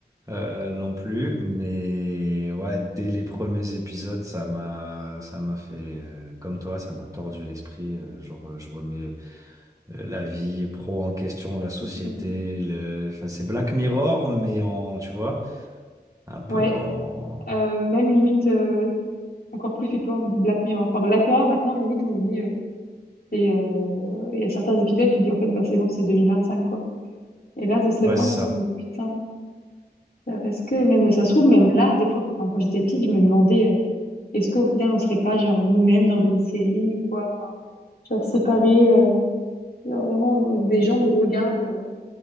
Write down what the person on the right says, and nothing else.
euh, non plus, mais ouais, dès les premiers épisodes, ça m'a, ça m'a fait, euh, comme toi, ça m'a tordu l'esprit. euh, genre, euh, je remets euh, la vie pro en question, la société,
le... enfin, c'est Black Mirror, mais en, tu vois, un peu
en...
Ouais, c'est ça.